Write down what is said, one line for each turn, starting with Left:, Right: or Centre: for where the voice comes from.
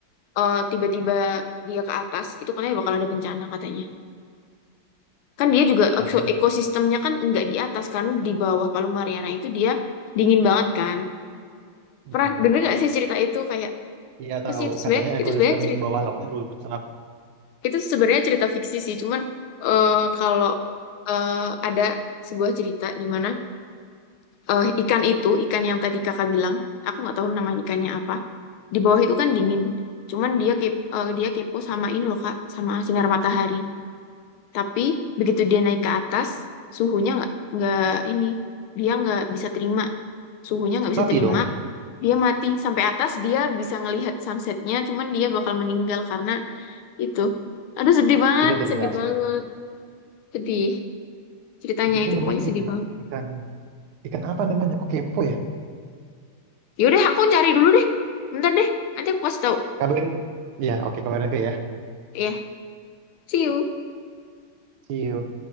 Left: eh, tiba-tiba dia ke atas, itu katanya bakal ada bencana katanya. Kan dia juga
Right: katanya
Left: ekso- ekosistemnya kan nggak di atas kan, di bawah Palung Mariana itu dia dingin banget kan.
Right: Mm-mm.
Left: Pernah denger nggak sih cerita itu kayak
Right: iya tahu
Left: pasti itu sebenarnya
Right: katanya ekosistem
Left: itu sebenarnya cerita
Right: di bawah lautnya rusak
Left: Itu sebenarnya cerita fiksi sih, cuman eh, kalau eh, ada sebuah cerita di mana eh, ikan itu, ikan yang tadi kakak bilang, aku nggak tahu nama ikannya apa, di bawah itu kan dingin. Cuman dia kep, eh, dia kepo sama ini loh Kak, sama sinar matahari. Tapi begitu dia naik ke atas, suhunya nggak nggak ini, dia nggak bisa terima suhunya nggak bisa
Right: mati
Left: terima
Right: dong
Left: dia mati sampai atas dia bisa ngelihat sunsetnya cuman dia bakal meninggal karena itu aduh sedih banget
Right: tidak terbiasa
Left: sedih banget Sedih. Ceritanya
Right: tapi itu
Left: itu
Right: namanya
Left: pokoknya sedih
Right: ikan
Left: banget.
Right: ikan ikan apa namanya kok kepo ya
Left: Yaudah, aku cari dulu deh. Bentar deh. Nanti aku kasih tahu.
Right: kabarin ya oke kabarin aja ya
Left: Ya, yeah. see you.
Right: see you